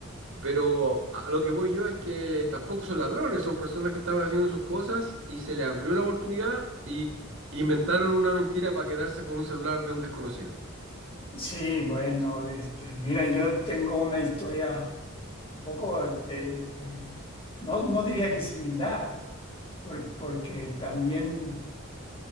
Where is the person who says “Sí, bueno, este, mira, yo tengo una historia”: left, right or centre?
Left